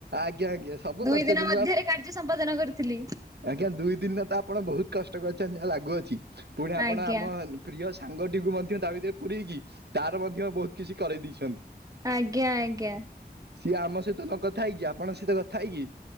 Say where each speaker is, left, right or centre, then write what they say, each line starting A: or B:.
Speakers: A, on the right; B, on the right.
A: ଆଜ୍ଞା, ଆଜ୍ଞା, ସବୁ
B: ଦୁଇ
A: କରିଚନ୍ତି
B: ଦିନ ମଧ୍ୟରେ
A: ମୁଁବା
B: କାର୍ଯ୍ୟ ସମ୍ପାଦନ କରିଥିଲି।
A: ଆଜ୍ଞା, ଦୁଇ ଦିନତ ଆପଣ ବହୁତ୍ କଷ୍ଟ କରିଚନ୍ତି ଯାହା ଲାଗୁଅଛି ପୁଣି ଆପଣ
B: ଆଜ୍ଞା
A: ଆମ ପ୍ରିୟ ସାଙ୍ଗଟିକୁ ମଧ୍ୟ ତାଭିତରେ ପୁରେଇକି ତାର ମଧ୍ୟ ବହୁତ୍ କିଛି କରେଇ ଦେଇଛନ୍ତି।
B: ଆଜ୍ଞା, ଆଜ୍ଞା।
A: ସିଏ ଆମ ସହିତନ କଥା ହେଇକି ଆପଣଙ୍କ ସହିତ କଥା ହେଇକି